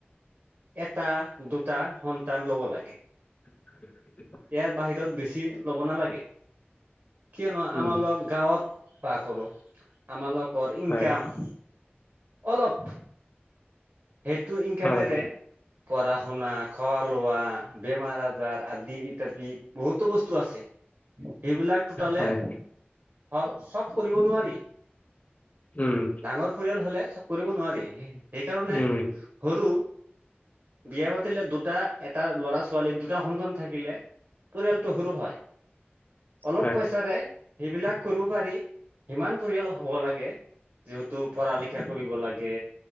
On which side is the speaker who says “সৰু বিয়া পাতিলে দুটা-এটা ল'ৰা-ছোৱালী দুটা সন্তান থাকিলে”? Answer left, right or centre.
Right